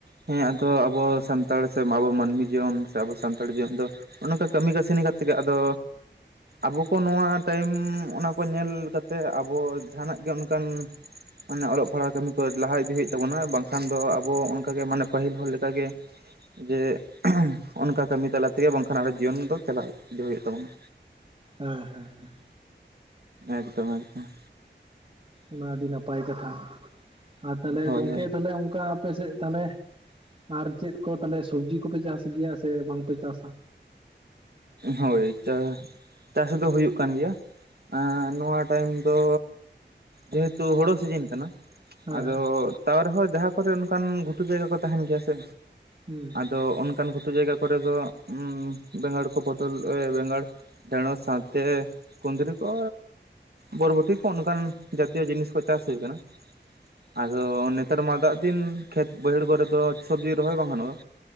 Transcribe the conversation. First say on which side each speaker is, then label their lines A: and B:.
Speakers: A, on the right; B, on the right.
A: ᱦᱮᱸ ᱟᱫᱚ ᱟᱵᱚ ᱥᱟᱱᱛᱟᱲ ᱥᱮ ᱟᱵᱚ ᱢᱟᱹᱱᱢᱤ ᱡᱤᱭᱚᱱ ᱥᱮ ᱟᱵᱚ ᱥᱟᱱᱛᱟᱲ ᱡᱤᱭᱚᱱ ᱫᱚ ᱚᱱᱟ ᱠᱚ ᱠᱟᱹᱢᱤ ᱠᱟᱹᱥᱱᱤ ᱠᱟᱛᱮᱜᱮ ᱟᱫᱚ ᱟᱵᱚ ᱠᱚ ᱱᱚᱣᱟ ᱴᱟᱭᱤᱢ ᱚᱱᱟ ᱠᱚ ᱧᱮᱞ ᱠᱟᱛᱮᱫ ᱟᱵᱚ ᱡᱟᱦᱟᱱᱟᱜ ᱜᱮ ᱚᱱᱠᱟᱱ ᱢᱟᱱᱮ ᱚᱞᱚᱜ ᱯᱟᱲᱦᱟᱜ ᱠᱟᱹᱢᱤ ᱠᱚ ᱞᱟᱦᱟ ᱤᱫᱤ ᱦᱩᱭᱩᱜ ᱛᱟᱵᱚᱱᱟ ᱵᱟᱝᱠᱷᱟᱱ ᱫᱚ ᱟᱵᱚ ᱚᱱᱠᱟᱜᱮ ᱢᱟᱱᱮ ᱯᱟᱹᱦᱤᱞ ᱦᱚᱲ ᱞᱮᱠᱟᱜᱮ ᱡᱮ ᱚᱱᱠᱟ ᱠᱟᱹᱢᱤ ᱛᱟᱞᱟ ᱛᱮᱜᱮ ᱵᱟᱝᱠᱷᱟᱱ ᱟᱵᱚ ᱡᱤᱭᱚᱱ ᱫᱚ ᱪᱟᱞᱟᱣ ᱤᱫᱟᱹ ᱦᱩᱭᱩᱜ ᱛᱟᱵᱚᱱᱟ।
B: ᱦᱮᱸ ᱦᱮᱸ ᱦᱮᱸ।
A: ᱮᱠᱫᱚᱢ ᱮᱠᱫᱚᱢ।
B: ᱚᱱᱟ ᱟᱹᱰᱤ ᱱᱟᱯᱟᱭ ᱠᱟᱛᱷᱟ ᱟᱨ ᱛᱟᱞᱦᱮ
A: ᱦᱳᱭ
B: ᱜᱚᱝᱠᱮ ᱛᱟᱞᱦᱮ ᱚᱱᱠᱟᱼᱼ ᱟᱯᱮ ᱥᱮᱫ ᱛᱟᱞᱦᱮ ᱟᱨ ᱪᱮᱫ ᱠᱚ ᱛᱟᱞᱦᱮ ᱥᱚᱵᱽᱡᱤ ᱠᱚᱯᱮ ᱪᱟᱥ ᱜᱮᱭᱟ ᱥᱮ ᱵᱟᱝᱯᱮ ᱪᱟᱥᱟ?
A: ᱦᱳᱭ ᱪᱟᱼᱼ ᱪᱟᱥ ᱫᱚ ᱦᱩᱭᱩᱜ ᱠᱟᱱ ᱜᱮᱭᱟ ᱮᱸᱻ ᱱᱚᱣᱟ ᱴᱟᱭᱤᱢ ᱫᱚ ᱡᱮᱦᱮᱛᱩ ᱦᱳᱲᱳ ᱥᱤᱡᱤᱱ ᱠᱟᱱᱟᱼᱼ
B: ᱦᱮᱸ
A: ᱟᱫᱚ ᱛᱟᱣ ᱨᱮᱦᱚᱸ ᱡᱟᱦᱟᱸ ᱠᱚᱨᱮᱜ ᱚᱱᱠᱟᱱ ᱜᱷᱩᱴᱩ ᱡᱟᱭᱜᱟ ᱠᱚ ᱛᱟᱦᱮᱱ ᱜᱮᱭᱟ ᱥᱮ
B: ᱦᱩᱸ
A: ᱟᱫᱚ ᱚᱱᱠᱟᱱ ᱜᱷᱩᱴᱩ ᱡᱟᱭᱜᱟ ᱠᱚᱨᱮᱫ ᱫᱚ ᱩᱸ ᱼᱼ ᱵᱮᱸᱜᱟᱲ ᱠᱚ ᱯᱚᱴᱚᱞ ᱵᱮᱸᱜᱟᱲ ᱰᱸᱮᱲᱚᱥ ᱥᱟᱶᱛᱮ ᱠᱩᱸᱫᱽᱨᱤ ᱠᱚ ᱵᱚᱨᱵᱚᱴᱤ ᱠᱚ ᱚᱱᱠᱟᱱ ᱡᱟᱛᱤᱭᱚ ᱡᱤᱱᱤᱥ ᱠᱚ ᱪᱟᱥ ᱦᱩᱭ ᱟᱠᱟᱱᱟ ᱟᱫᱚ ᱱᱮᱛᱟᱨ ᱢᱟ ᱫᱟᱜ ᱫᱤᱱ ᱠᱷᱮᱛ ᱵᱟᱹᱭᱦᱟᱹᱲ ᱠᱚᱨᱮᱫᱚ ᱥᱚᱵᱽᱡᱤ ᱨᱚᱦᱚᱭ ᱵᱟᱝ ᱜᱟᱱᱚᱜᱼᱟ᱾